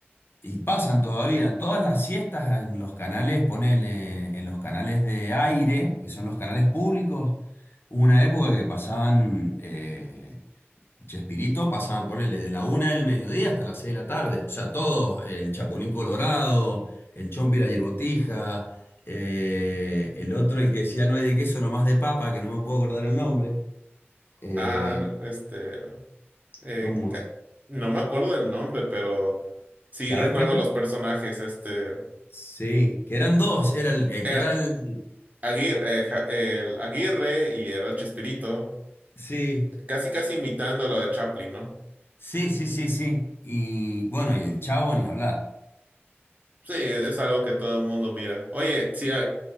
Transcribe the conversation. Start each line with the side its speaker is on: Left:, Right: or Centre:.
Left: y pasan todavía todas las siestas en los canales, ponele, en los canales de aire, que son los canales públicos. Hubo una época que pasaban. eh, Chespirito pasaban, ponele, de la una del mediodía hasta las seis de la tarde. O sea, todos, eh, el Chapulín Colorado, el Chompira y el Botija, eh, el otro, el que decía no hay de queso, nomás de papa, que no me puedo acordar el nombre. Eh,
Right: Ah, este, eh,
Left: ¿cómo?
Right: ca- no me acuerdo el nombre, pero sí
Left: ¿Sabés
Right: recuerdo
Left: cuál? ti-
Right: los personajes, este,
Left: Sí, que eran dos, era el, el
Right: era
Left: que era el...
Right: Aguirre, eh, Ja- el Aguirre y era Chespirito,
Left: Sí,
Right: casi casi imitando lo de Chaplin, ¿no?
Left: sí, sí, sí, sí. Y bueno, y el Chavo ni hablar.
Right: Sí, es algo que todo el mundo mira. Oye, sí, hay,